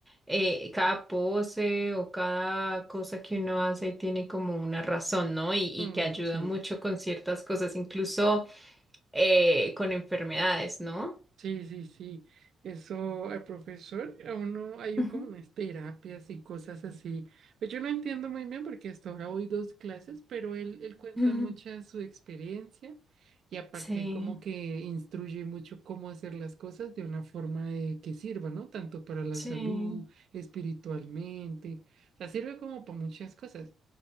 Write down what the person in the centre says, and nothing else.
eh, cada pose o cada cosa que uno hace tiene como una razón, ¿no? Y, y
que ayuda
mucho con ciertas cosas, incluso... eh, con enfermedades, ¿no?
Ujú.
<laughs>
Sí,
sí.